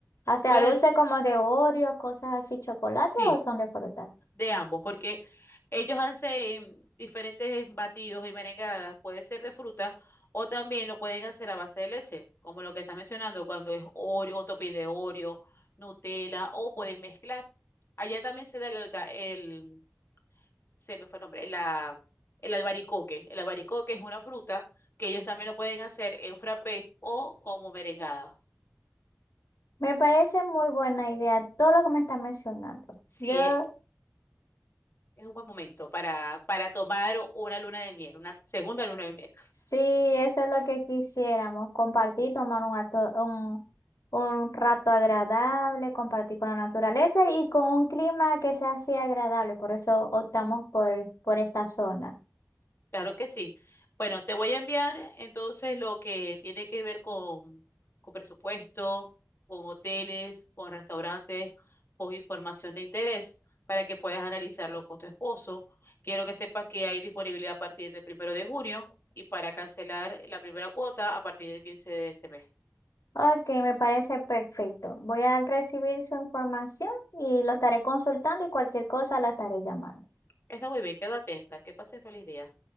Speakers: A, on the left; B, on the left.
A: O sea,
B: Pueden,
A: dulces como de Oreos, cosas así, chocolate
B: sí.
A: o son de fruta.
B: de ambos, porque ellos hacen diferentes batidos y merengadas, puede ser de fruta o también lo pueden hacer a base de leche, como lo que está mencionando cuando es Oreo, o topping de Oreo, Nutella o pueden mezclar. Allá también se da el, alga- el- se me fue el nombre, la- el albaricoque. El albaricoque es una fruta que ellos también lo pueden hacer en frappé o como merengada.
A: Me parece muy buena idea todo lo que me estás mencionando.
B: Sí,
A: Yo,
B: es, es un buen momento
A: s-
B: para, para tomar una luna de miel, una segunda luna de miel.
A: sí, eso es lo que quisiéramos, compartir, tomar un, ato- un, un rato agradable, compartir con la naturaleza y con un clima que sea así agradable. Por eso optamos por, por esta zona.
B: Claro que sí. Bueno, te voy a enviar entonces lo que tiene que ver con, con presupuesto, con hoteles, con restaurantes, con información de interés para que puedas analizarlo con tu esposo. Quiero que sepas que hay disponibilidad a partir del primero de junio y para cancelar la primera cuota a partir del 15 de este mes.
A: Ok, me parece perfecto. Voy a recibir su información y lo estaré consultando y cualquier cosa la estaré llamando.
B: Está muy bien, quedo atenta. Que pases feliz día.